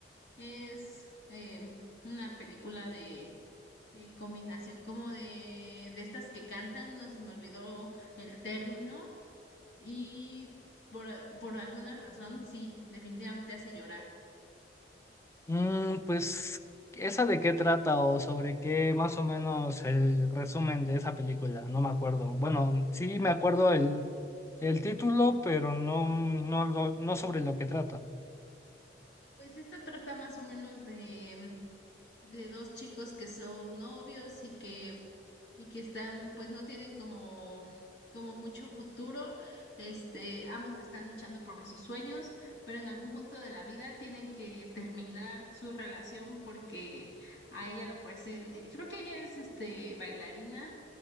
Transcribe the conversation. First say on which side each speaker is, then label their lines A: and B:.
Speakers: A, on the left (about 70°); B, on the left (about 15°).
A: Es eh, una película de eh, combinación como de, de estas que cantan, no se me olvidó el término. Y por, por alguna razón, sí, definitivamente hace llorar.
B: Mm, pues, ¿esa de qué trata o sobre qué más o menos el resumen de esa película? No me acuerdo. Bueno, sí me acuerdo el El título, pero no, no, lo- no sobre lo que trata.
A: Pues esta trata más o menos de de dos chicos que son novios y que y que están pues no tienen como como mucho futuro. Este, ambos están luchando por sus sueños, pero en algún punto de la vida tienen que terminar su relación porque a ella lo ofrecen, eh, creo que ella es este bailarina